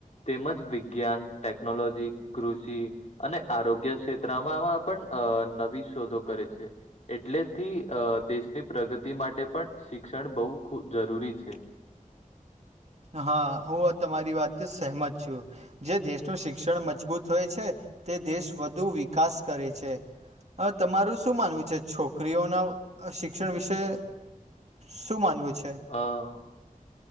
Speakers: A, on the left (about 55°); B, on the right (about 50°).
A: તેમજ વિજ્ઞાન ટેકનોલોજી કૃષિ અને આરોગ્ય ક્ષેત્રમાં <unintelligible> પણ નવી શોધો કરે છે. એટલેથી અ દેશની પ્રગતિ માટે પણ શિક્ષણ બહુ ખુબ જરૂરી છે.
B: હા હું તમારી વાતથી સહમત છું. જે દેશનું શિક્ષણ મજબૂત હોય છે તે દેશ વધુ વિકાસ કરે છે. હ તમારું શું માનવું છે છોકરીઓના શિક્ષણ વિશે શું માનવું છે.
A: હ